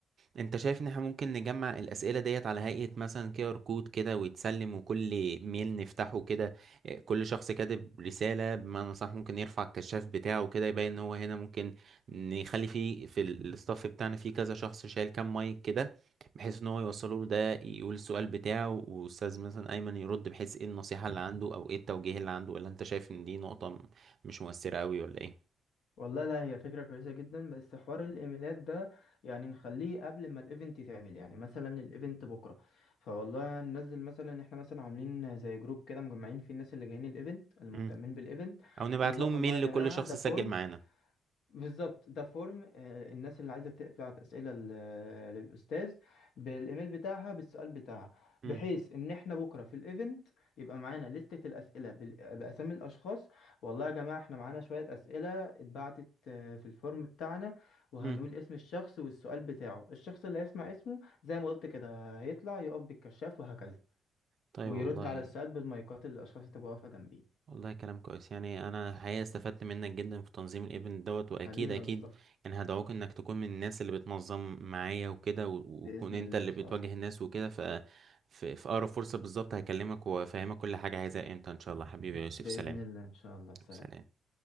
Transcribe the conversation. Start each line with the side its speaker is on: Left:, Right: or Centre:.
Right: انت شايف ان احنا ممكن نجمع الاسئله ديت على هيئه مثلا كي ار كود كده ويتسلم وكل ميل نفتحه كده اه، كل شخص كاتب رساله بمعنى صح ممكن يرفع الكشاف بتاعه كده يبين ان هو هنا ممكن نخلي فيه في الستاف بتاعنا فيه كذا شخص شايل كام مايك كده بحيث ان هو يوصله له ده يقول السؤال بتاعه واستاذ مثلا ايمن يرد بحيث ايه النصيحه اللي عنده او ايه التوجيه اللي عنده ولا انت شايف ان دي نقطه م- مش مؤثره قوي ولا ايه
Left: والله لا هي فكرة كويسة جدا بس حوار الايميلات ده يعني نخليه قبل ما الايفنت يتعمل يعني مثلا الايفنت بكرة فوالله ننزل مثلا احنا مثلا عاملين زي جروب كده مجمعين فيه الناس اللي جايين الايفنت المهتمين
Right: مم.
Left: بالايفنت
Right: او نبعت
Left: نقول لهم
Right: لهم
Left: والله
Right: ميل
Left: يا جماعة
Right: لكل شخص
Left: ده فورم
Right: سجل معانا
Left: بالظبط ده فورم آه، الناس اللي عايزه تبعت اسئله ل- للاستاذ بالايميل بتاعها بالسؤال بتاعها
Right: مم.
Left: بحيث ان احنا بكره في الايفنت يبقى معانا لستة الاسئله بال- باسامي الاشخاص والله يا جماعه احنا معانا شويه اسئله اتبعتت آه، في الفورم بتاعنا وهنقول
Right: مم.
Left: اسم الشخص والسؤال بتاعه الشخص اللي هيسمع اسمه زي ما قلت كده هيطلع يقف بالكشاف وهكذا
Right: طيب
Left: ويرد
Right: والله
Left: على السؤال بالمايكات اللي الاشخاص اللي تبقى واقفه جنبيه
Right: والله كلام كويس يعني انا الحقيقه استفدت منك جدا في تنظيم الايفنت دوت واكيد
Left: حبيبي
Right: اكيد
Left: يا مصطفى
Right: يعني هدعوك انك تكون من الناس اللي بتنظم معايا وكده و-
Left: باذن
Right: وتكون انت
Left: الله
Right: اللي
Left: ان شاء
Right: بتواجه
Left: الله
Right: الناس وكده ف في في اقرب فرصه بالظبط هكلمك وافهمك كل حاجه عايزها امتى ان شاء الله حبيبي يا يوسف
Left: باذن
Right: سلام
Left: الله ان شاء الله سلام
Right: سلام